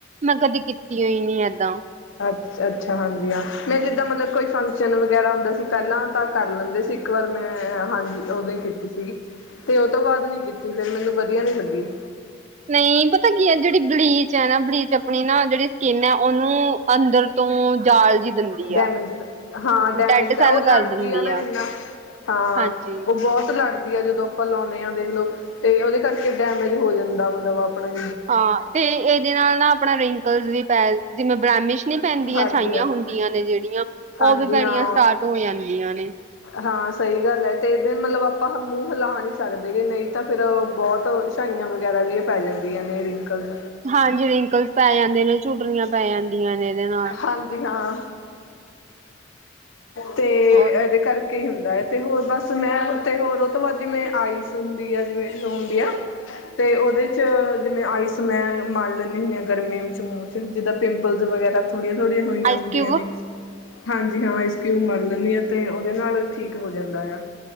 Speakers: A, on the right (about 35°); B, on the left (about 85°).
A: ਮੈਂ, ਕਦੇ ਕੀਤੀ ਓਈ ਨੀ ਏਦਾਂ।
B: ਅੱਛ -ਅੱਛਾ, ਹਾਂਜੀ ਹਾਂ। ਮੈਂ ਜਿੱਦਾਂ ਮਤਲਬ ਕੋਈ ਫੰਕਸ਼ਨ ਵਗੈਰਾ ਹੁੰਦਾ ਸੀ, ਪੈਲਾਂ ਤਾਂ ਕਰ ਲੈਂਦੇ ਸੀ, ਇੱਕ ਵਾਰ ਮੈਂ ਹਾਂਜੀ, ਓਦੋਂ ਈ ਕੀਤੀ ਸੀਗੀ ਤੇ ਓ ਤੋਂ ਬਾਦ ਨੀ ਕੀਤੀ ਫੇਰ ਮੈਨੂੰ ਵਧੀਆ ਨੀ ਲੱਗੀ।
A: ਨਈਂ ਪਤਾ ਕੀ ਐ, ਜੇਹੜੀ ਬਲੀਚ ਐ ਨਾ, ਬਲੀਚ ਆਪਣੀ ਨਾ, ਜੇਹੜੀ ਸਕਿਨ ਐ ਓਨੂੰ। ਅੰਦਰ ਤੋਂ, ਜਾਲ ਜੀ ਦਿੰਦੀ
B: ਡੈਮੇਜ,
A: ਆ
B: ਹਾਂ ਡੈਮੇਜ,
A: ਡੈਡ
B: ਤੇ
A: ਸੈੱਲ
B: ਓ ਲੜਦੀ
A: ਕਰ ਦਿੰਦੀ
B: ਐ ਨਾ ਏਨਾ।
A: ਆ
B: ਹਾਂ,
A: ਹਾਂਜੀ
B: ਓ ਬੌਤ ਲੜ ਦੀ ਐ, ਜਦੋਂ ਆਪਾਂ ਲਾਉਂਦੇ ਆਂ ਦੇਖਲੋ, ਤੇ ਓਦੇ ਕਰਕੇ ਡੈਮੇਜ ਹੋ ਜਾਂਦਾ, ਮਤਲਬ ਆਪਨੇ।
A: ਹਾਂ, ਤੇ ਇਦੇ ਨਾਲ ਨਾ, ਆਪਣਾ ਰਿੰਕਲਸ ਵੀ ਪੈ, ਜਿਵੇਂ ਬ੍ਰੈਮਿਸ਼ ਨੀਂ ਪੈਂਦੀਆਂ,
B: ਹਾਂਜੀ
A: ਛਾਈਆਂ
B: ਹਾਂ
A: ਹੁੰਦੀਆਂ ਨੇ, ਜੇਹੜੀਆਂ
B: ਹਾਂਜੀ
A: ਓ ਵੀ ਪੈਨੀਆਂ
B: ਹਾਂ
A: ਸਟਾਰਟ ਹੋ ਜਾਂਦੀਆਂ ਨੇ।
B: ਹਾਂ ਸਈ ਗੱਲ ਐ, ਤੇ ਇਹਦੇ ਮਤਲਬ ਆਪਾਂ ਮੂੰਹ ਹਿਲਾ ਨਈ ਸਕਦੇ ਗੇ ਨਈਂ ਤਾਂ ਫੇਰ ਬੌਤ ਛਾਂਈਆਂ ਵਗੈਰਾ ਵੀ ਪੈ ਜਾਂਦੀਆਂ ਨੇ, ਰਿੰਕਲਸ
A: ਹਾਂਜੀ, ਰਿੰਕਲਸ ਪੈ ਜਾਂਦੇ ਨੇ, ਝੁਟਰੀਆਂ ਪੈ ਜਾਂਦੀਆਂ ਨੇ ਏਹਦੇ ਨਾਲ।
B: ਹਾਂਜੀ ਹਾਂ, ਤੇ
A: ਹੋਰ
B: ਏਹਦੇ ਕਰਕੇ ਹੀ ਹੁੰਦਾ, ਤੇ ਹੋਰ ਬਸ ਮੈਂ ਤੇ, ਹੋਰ ਓ ਤੋਂ ਬਾਅਦ ਜਿਵੇਂ ਆਈਸ ਹੁੰਦੀ ਆ, ਜਿਵੇਂ ਹੁੰਦੀ ਆ ਤੇ, ਓਦੇ ਚ ਜਿਵੇਂ, ਆਈਸ ਮੈਂ ਮਲ ਲੈਂਨੀ ਹੁੰਨੀ ਆਂ ਗਰਮੀ ਵਿੱਚ ਮੂੰਹ 'ਚ, ਜਿੱਦਾਂ ਪਿੰਪਲਜ਼ ਵਗੈਰਾ ਥੋੜੀਆਂ- ਥੋੜੀਆਂ ਹੋਈਆਂ
A: ਆਈਸ
B: ਹੁੰਦੀਆਂ
A: ਕਿਊਬ
B: ਨੇ। ਹਾਂਜੀ ਹਾਂ, ਆਇਸਕਿਊ ਮਲ ਲੈਂਨੀ ਆ, ਤੇ ਉਹਦੇ ਨਾਲ ਠੀਕ ਹੋ ਜਾਂਦਾ ਆ।